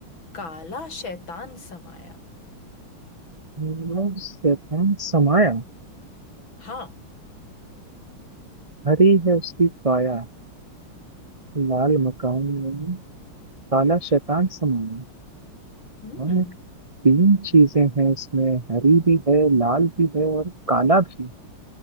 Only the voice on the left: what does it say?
काला शैतान समाया
हाँ
हम्म